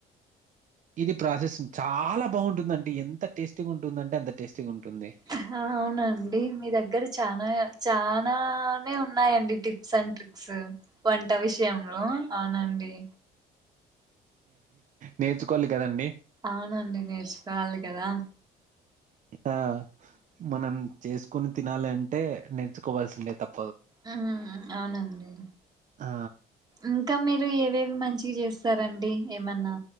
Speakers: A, on the right; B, on the right.
A: ఇది ప్రాసెస్సు చాలా బావుంటుందండీ ఎంత టేస్టీగుంటుందంటే అంత టేస్టీగుంటుంది
B: అహా అవునండీ మీ దగ్గర చానాయ చా నానే ఉన్నాయండి టిప్స్ అండ్ ట్రిక్స్ వంట విషయంలో అవునండి
A: నేర్చుకోవలి కదండి
B: అవునండి నేర్చుకోవాలి కదా
A: ఆ మనం చేస్కుని తినాలంటే నేర్చుకోవాల్సిందే తప్
B: మ్హ్ మ్ మ్ అవునండి
A: ఆ!
B: ఇంకా మీరు ఏవేవి మంచిగ జేస్ సరండి ఏమన్నా